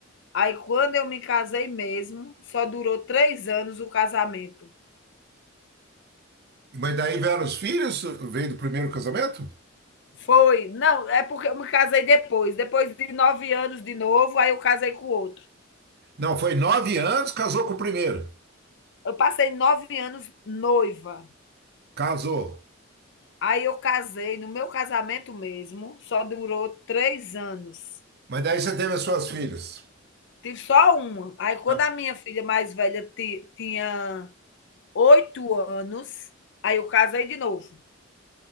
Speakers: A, on the left (about 60°); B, on the right (about 50°).
A: Aí quando eu me casei mesmo, só durou 3 anos o casamento.
B: Mas daí vieram os filhos, veio do primeiro casamento?
A: Foi, não, é porque eu me casei depois, depois de nove anos de novo, aí eu casei com outro.
B: Não, foi nove anos, casou com o primeiro.
A: Eu passei nove anos noiva,
B: Casou.
A: aí eu casei no meu casamento mesmo, só durou três anos.
B: Mas daí você teve as suas filhas.
A: Tive só uma. Aí quando
B: Ah,
A: a minha filha mais velha ti- tinha oito anos, aí eu casei de novo.